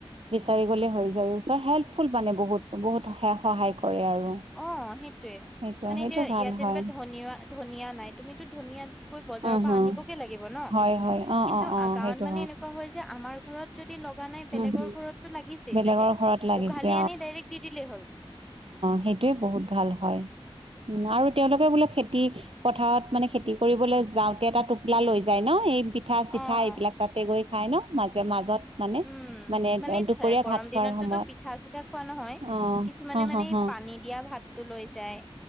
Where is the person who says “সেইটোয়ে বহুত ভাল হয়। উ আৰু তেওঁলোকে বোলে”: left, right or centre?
Right